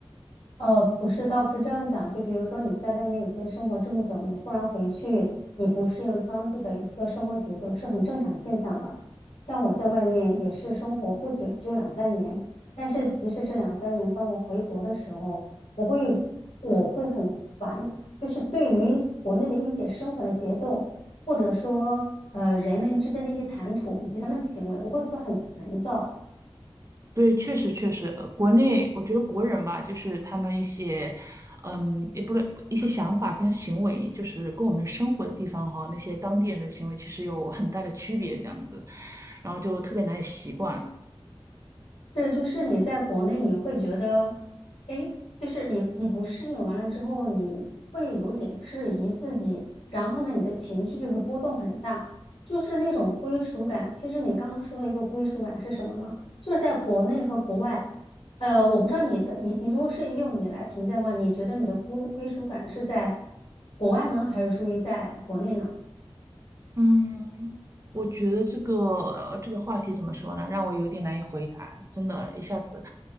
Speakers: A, on the left (about 85°); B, on the right (about 30°).
A: 呃，不是，倒不是这样讲。就比如说你在外面已经生活这么久，你忽然回去，你不适应当地的一个生活节奏，是很正常现象的。像我在外面也是生活不久，就两三年。但是即使这两三年，当我回国的时候，我会我会很烦，就是对于国内的一些生活的节奏，或者说呃人们之间的一些谈吐以及他们的行为，我会觉得很烦躁。
B: 对，确实确实，呃，国内我觉得国人吧，就是他们一些，嗯，也不是一些想法跟行为，就是跟我们生活的地方哈，那些当地人的行为其实有很大的区别，这样子，然后就特别难以习惯。
A: 是，就是你在国内你会觉得，哎，就是你你不适应完了之后，你会有点质疑自己，然后呢，你的情绪就是波动很大，就是那种归属感。其实你刚刚说的一个归属感是什么呢？就是在国内和国外，呃，我不知道你的你你如果是用你来评价的话，你觉得你的归归属感是在国外呢，还是属于在国内呢？
B: 嗯，我觉得这个这个话题怎么说呢，让我有点难以回答，真的，一下子，